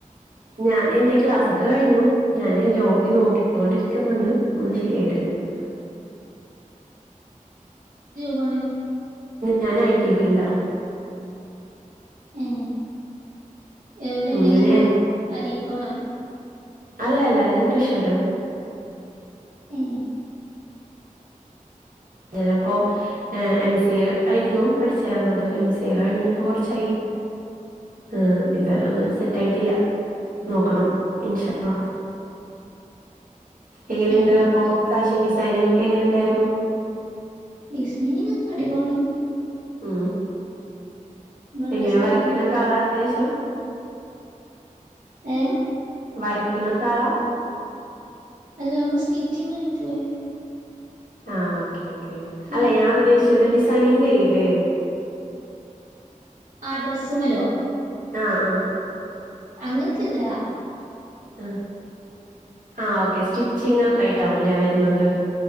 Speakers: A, on the right; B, on the right.
A: ഞൻ എന്റെ ക്ലാസ്ക്കെ കഴിഞ്ഞു ഞാന് ജോബി നോക്കിക്കോണ്ടിരിക്കുന്നുണ്ട് ഒന്നും ശരിയായിട്ടില്ല <inaudible>
B: ബണ
A: ഞാൻ ഐ ടി ഫീൽഡാ
B: ഏ എവിടെയാണ്
A: അങ്ങനെ
B: അരീക്കോടാ
A: അല്ല അല്ല ഞാൻ തൃശ്ശൂരാ
B: ഏ
A: ഞാനപ്പോ എം സി എ ആയിരുന്നു പഠിച്ചേർന്നത് എം സി എ കഴിഞ്ഞു ഇപ്പൊ കുറച്ചായി ആ ഇതുവരെ ഒന്നും സെറ്റ് ആയിട്ടില്ല നോക്കണം ഇൻഷ അള്ളാ എങ്ങനെയുണ്ട്
B: ഏ
A: അപ്പൊ ഫാഷൻ ഡിസൈനിങ് ഒക്കെ എങ്ങനെ ഉണ്ടായിരുന്നു
B: ഡിസൈനിങ് ഒക്കെ അടി പോളിയാ
A: ഉ
B: നമ്മള് ഇൻട്രസ്റ്റ്
A: എങ്ങനെ വരക്കണക്കെ
B: ആയിട്ടന്നെ പോവും
A: ആളാ അത്യാവശ്യം
B: ഏ
A: വരക്കണക്കാളാ
B: അല്ല നമ്മ സ്റ്റിച്ചിങ് ആയിട്ടുള്ളേ
A: ആ ഓക്കേ ഓക്കേ
B: പിന്നെ
A: അല്ല ഞാൻ ഉദ്ദേശിച്ചത് ഡിസൈനിങ് ചെയ്യൂല്ലേ
B: ആ ഡ്രസ്സുമല്ലോ
A: അ ആ
B: അങ്ങനത്തില്ല
A: ആ ആ ഓക്കെ സ്റ്റിച്ചിംഗ് ഒക്കെ ആയിട്ടാവും അല്ലേ വരുന്നത്